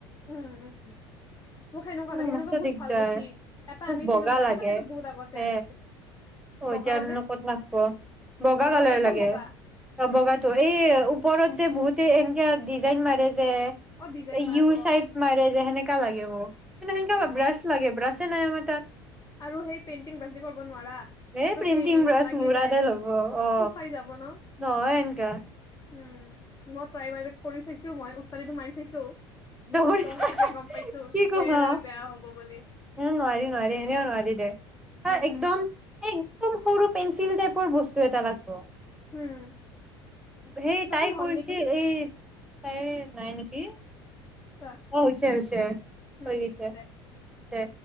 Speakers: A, on the left; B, in the centre.
A: উম উম মোক সেনেকুৱা
B: উম
A: লাগে সেনেকুৱা
B: মস্ত
A: বহুত
B: দিগদাৰ
A: ভাল দেখি এটা
B: মোক
A: আনিছিলো
B: বগা
A: মই
B: লাগে
A: কিন্তু সেইটো বহুত আগতে
B: হে
A: আনিছিলো
B: অ
A: বগা
B: এতিয়ানো
A: মানে
B: ক'ত নাপব
A: বগা
B: কালাৰ
A: মানে একদম
B: লাগে
A: বগা
B: অ বগাটো এই ওপৰত যে বহুতে এনেকে ডিজাইন মাৰে যে
A: অ ডিজাইন মাৰাটো
B: ইউ চাইব
A: অ
B: মাৰে যে সেনেকোৱা লাগে অ কিন্তু সেনেকোৱা
A: অ
B: ব্ৰাছ লাগে ব্ৰাছ নাইম তাত
A: আৰু সেই পেইণ্টিং বাাজি কৰিব নোৱাৰা সেইটোত
B: এ প্ৰিণ্টিং
A: সেই
B: ব্ৰাছ
A: লাগি
B: মুৰাদে
A: যায় শু
B: ল'ব অ
A: কাই যাব ন
B: নহয় এনকা
A: উম মই প্ৰাইম <unintelligible> কৰি চাইছো মই উওষ্টাদিটো মাৰি চাইছো
B: দৌৰ
A: ত
B: কি
A: সেনেকে গম পাইছো
B: ক
A: যে
B: উ হা
A: বেয়া হ'ব বুলি
B: নোৱাৰি নোৱাৰি এনেও নোৱাৰি দে
A: উম
B: এ একদম একদম সৰু পেঞ্চিল তাইপৰ বস্তু এটা লাগব
A: উম
B: সেই
A: চাচোন
B: তাই
A: হ'ল
B: কৰিছি
A: নেকি
B: এই তাই নাই নেকি
A: চা
B: অ হৈছে হৈছে
A: উম
B: হৈ গেইছে
A: দে
B: উ